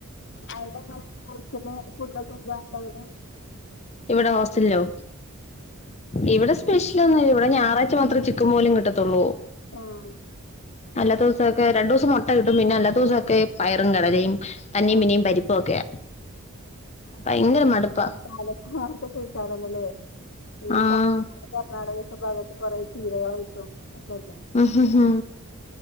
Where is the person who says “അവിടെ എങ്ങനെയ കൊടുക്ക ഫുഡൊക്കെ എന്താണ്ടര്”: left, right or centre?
Left